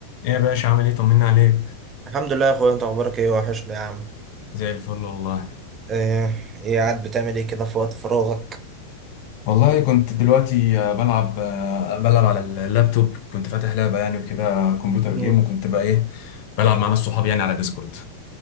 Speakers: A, on the left; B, on the right.
A: ايه يا باشا عامل ايه طمنا عليك
B: الحمد لله يا اخويا انت اخبارك ايه وحشني يا عم
A: زي الفل والله
B: ايه إيه قاعد بتعمل ايه كده في وقت فراغك
A: والله كنت دلوقتي آه، بلعب آه، بلعب على اللابتوب كنت فاتح لعبة يعني وكده كمبيوتر
B: مم.
A: جيم وكنت بقى ايه بلعب مع ناس صحابي يعني على ديسكورد